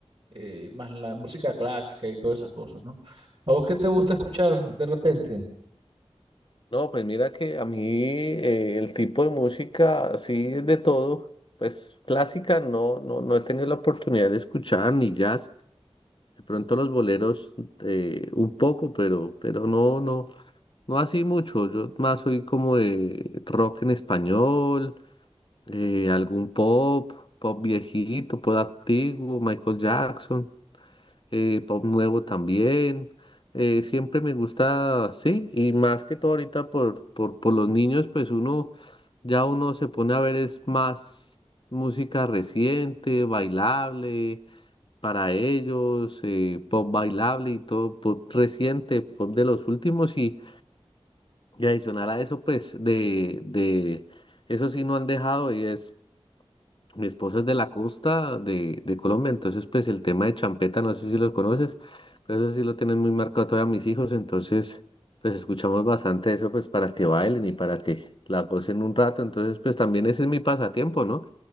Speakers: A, on the right; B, on the left.
A: eh, más la música clásica y todas esas cosas, ¿no? ¿A vos qué te gusta escuchar de repente?
B: No, pues mira que a mí eh, el tipo de música, sí, es de todo, pues clásica no, no, no he tenido la oportunidad de escuchar, ni jazz. De pronto los boleros eh, un poco, pero, pero no, no, no así mucho. Yo más soy como de rock en español, eh, algún pop, pop viejito, pop antiguo, Michael Jackson, eh, pop nuevo también. Eh, siempre me gusta, sí, y más que todo ahorita por, por, por los niños, pues uno, ya uno se pone a ver es más música reciente, bailable para ellos, eh, pop bailable y todo, pop reciente, pop de los últimos y, y adicional a eso, pues de, de eso sí no han dejado y es, mi esposa es de la costa de, de Colombia, entonces pues el tema de champeta, no sé si lo conoces, pero eso sí lo tienen muy marcado todavía mis hijos, entonces pues escuchamos bastante eso pues para que bailen y para que la gocen un rato, entonces pues también ese es mi pasatiempo, ¿no?